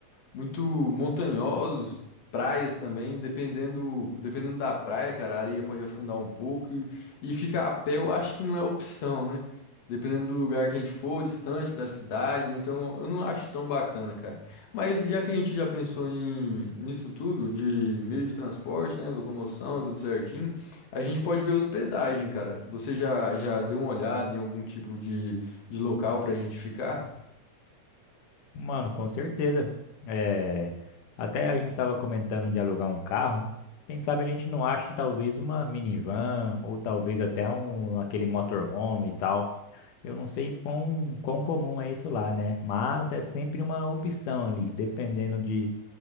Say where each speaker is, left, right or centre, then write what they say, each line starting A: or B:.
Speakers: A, on the left; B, on the left.
A: muito montanhosos, praias também, dependendo, dependendo da praia, cara, a areia pode afundar um pouco e, e ficar a pé eu acho que não é opção, né? Dependendo do lugar que a gente for, distante da cidade, então eu não acho tão bacana, cara. Mas já que a gente já pensou em nisso tudo, de meio de transporte, né, locomoção, tudo certinho, a gente pode ver hospedagem, cara. Você já, já deu uma olhada em algum tipo de, de local pra gente ficar?
B: Mano, com certeza. É, até a gente estava comentando de alugar um carro. Quem sabe a gente não ache talvez uma minivan ou talvez até um aquele motorhome e tal. Eu não sei quão, quão comum é isso lá, né? Mas é sempre uma opção ali, dependendo de